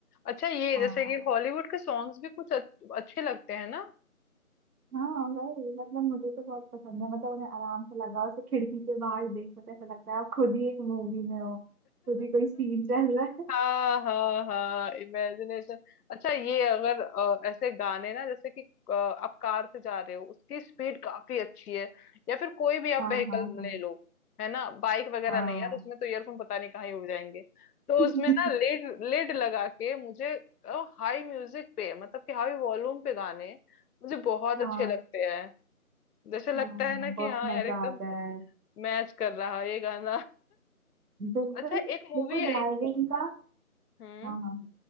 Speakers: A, on the left; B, on the right.
A: अच्छा ये
B: हाँ
A: जैसे कि हॉलीवुड के सॉन्ग्स भी कुछ अच्छ- अच्छे लगते हैं ना
B: हाँ वही मतलब मुझे तो बहुत पसंद है मतलब उन्हें आराम से लगाओ उसे खिड़की के बाहर देखो तो ऐसा लगता है आप खुद ही एक मूवी में हो खुद ही कोई सीन चल रहा है
A: हाँ हाँ हाँ इमेजिनेशन अच्छा ये अगर अ, ऐसे गाने ना जैसे कि अ, आप कार से जा रहे हो उसकी स्पीड काफी अच्छी है या फिर कोई भी आप
B: <laughs> हाँ
A: व्हीकल
B: हाँ हाँ
A: ले लो है ना बाइक वगैरह
B: हाँ
A: नहीं यार उसमें तो ईयरफोन पता नहीं कहाँ ही उड़ जाएंगे तो
B: <laughs>
A: उसमें ना लेड लेड लगा के मुझे हाई म्यूजिक पे मतलब कि हाई वॉल्यूम पे गाने मुझे बहुत
B: हाँ
A: अच्छे लगते हैं जैसे लगता
B: हाँ
A: है ना कि
B: बहुत
A: हाँ
B: मजा
A: यार एकदम
B: आता है
A: मैच कर रहा है ये गाना <laughs>
B: बिल्कुल
A: अच्छा एक मूवी
B: बिल्कुल ड्राइविंग
A: आई थी
B: का हाँ
A: हम्म
B: हाँ हाँ।